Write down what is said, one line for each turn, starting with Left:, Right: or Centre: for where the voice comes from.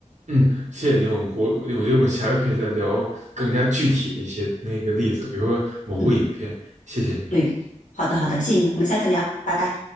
Right: 嗯，谢谢您，我们我我我觉得我们下回可以再聊更加具体的一些那个例子，比如说某部影片，
Left: 嗯，
Right: 谢谢您。
Left: 对，好的好的，谢谢你，我们下次聊，拜拜。